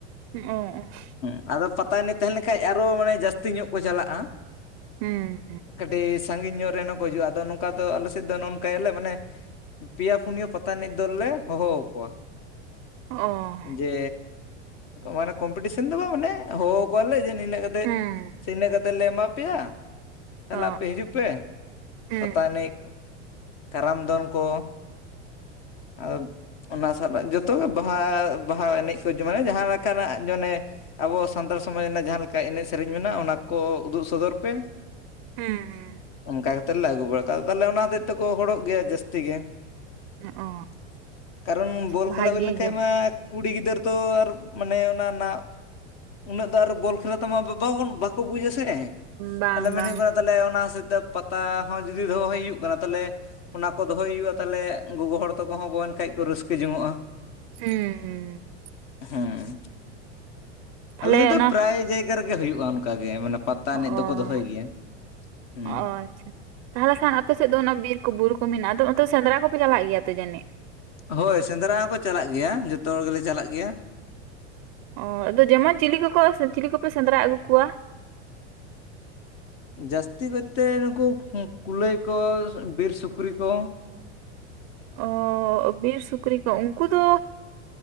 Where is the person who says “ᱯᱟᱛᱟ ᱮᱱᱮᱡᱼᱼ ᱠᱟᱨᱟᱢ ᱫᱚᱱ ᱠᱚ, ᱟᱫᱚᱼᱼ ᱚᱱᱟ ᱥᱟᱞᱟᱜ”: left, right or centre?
Left